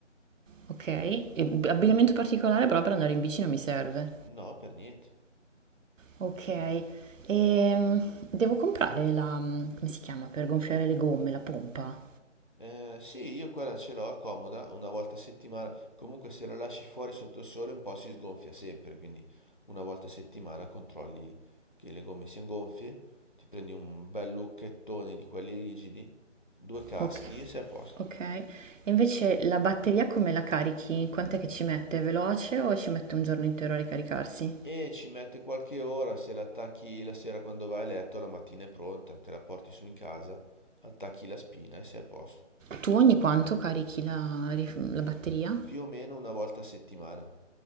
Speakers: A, on the right (about 85°); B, on the left (about 45°).
A: Ok, e b- abbigliamento particolare però per andare in bici non mi serve.
B: No, per niente.
A: Ok, e devo comprare la, mh, come si chiama, per gonfiare le gomme, la pompa.
B: Eh, sì, io quella ce l'ho, è comoda, una volta a settimana. Comunque se la lasci fuori sotto il sole un po' si sgonfia sempre, quindi una volta a settimana controlli che le gomme siano gonfie, ti prendi un bel lucchettone di quelli rigidi, due caschi
A: Ok,
B: e sei a posto.
A: ok. E invece la batteria come la carichi? Quant'è che ci mette? È Veloce o ci mette un giorno intero a ricaricarsi?
B: E ci mette qualche ora, se la attacchi la sera quando vai a letto, la mattina è pronta, te la porti su in casa, attacchi la spina e sei a posto.
A: Tu ogni quanto carichi la, rif- la batteria?
B: Più o meno una volta a settimana.